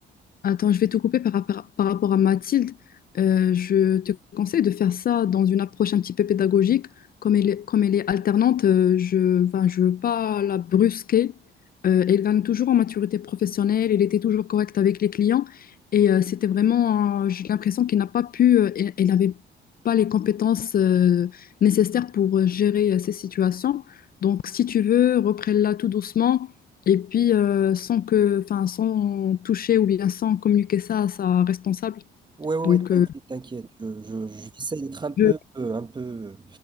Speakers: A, on the left; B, on the right.
A: Attends, je vais te couper par, rapport par rapport à Mathilde. Euh, je te conseille de faire ça dans une approche un petit peu pédagogique. Comme elle est, comme elle est alternante, euh, je, enfin, je veux pas la brusquer. Euh, elle gagne toujours en maturité professionnelle. Elle était toujours correcte avec les clients. Et euh, c'était vraiment, euh, j'ai l'impression qu'elle n'a pas pu, euh, elle, elle n'avait pas les compétences euh, nécessaires pour euh, gérer euh, ces situations. Donc, si tu veux, reprends-la tout doucement. Et puis, euh, sans que, enfin, sans toucher ou bien sans communiquer ça à sa responsable.
B: Oui, oui,
A: Donc,
B: oui, t'inquiète,
A: euh,
B: t'inquiète. Je, je- j'essaie d'être un peu,
A: je-
B: euh, un peu,